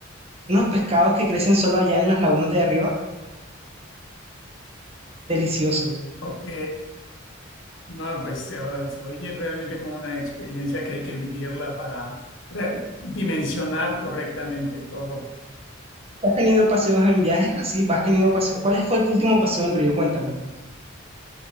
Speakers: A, on the right; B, on the left.
A: unos pescados que crecen solo allá en las lagunas de arriba, deliciosos.
B: Ok. No, pues se, o- se oye realmente como una experiencia que hay que vivirla para re- dimensionar correctamente todo.
A: ¿Has tenido paseos en viajes así? ¿Has tenido paseo? ¿Cuál fue tu último paseo en río? Cuéntame.